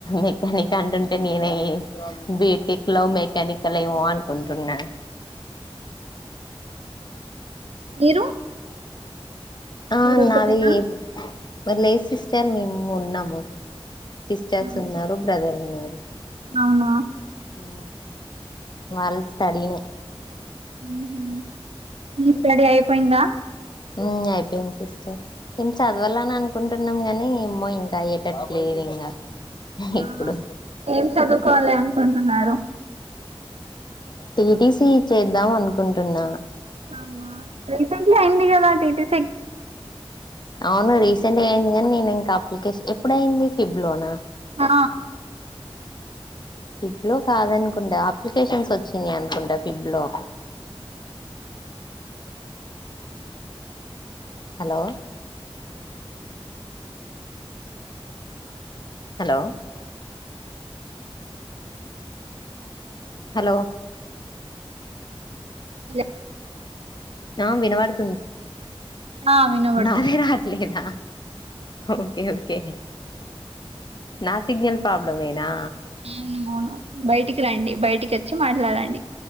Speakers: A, on the left; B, on the right.
A: మెకానిక్ అంటుంటే నేనే బీటెక్ లో మెక్ కానికల్ ఏమో అనుకుంటున్నా.
B: మీరు
A: ఆ
B: మీరు ఒకటేనా
A: నాదీ పర్లేద్ సిస్టర్ మేము ఉన్నాము. సిస్టర్స్
B: అవును
A: ఉన్నారు బ్రదర్ ఉన్నారు.
B: అవునా
A: ఊ వాళ్ళు స్టడీఇంగ్.
B: ఊహు మీ స్టడీ అయిపోయిందా.
A: ఊ అయిపోయింది సిస్టర్. నేన్ చదవాలననుకుం టున్నం గానీ, ఏమో ఇంకా అయ్యేటట్టు లేదు ఇంగా.
B: ఆహా
A: ఇప్పుడు
B: ఏం చదువుకోవాలి అనుకుంటున్నారు
A: టీటీసీ చేద్దాం అనుకుంటున్నా.
B: అవునా రీసెంట్లీ అయింది గదా టీటీస్
A: అవును రీసెంట్గా అయింది గానీ నేను ఇంకా అప్లికేష్ ఎప్పుడయింది ఫిబ్లోనా.
B: ఆ
A: ఫిబ్ లో కాదనుకుంటా అప్లికేషన్స్ వచ్చినయి అనుకుంటా ఫిబ్ లో. హలో హలో హలో
B: హలొ
A: ఆ వినబడుతుంది.
B: ఆ వినబడుతుంది
A: నాదే రిట్లేదా. ఓకే ఓకే నా సిగ్నల్ ప్రాబ్లమేనా.
B: అవును అవును బయటికి రండి బయటికి వచ్చి మాట్లాడండి.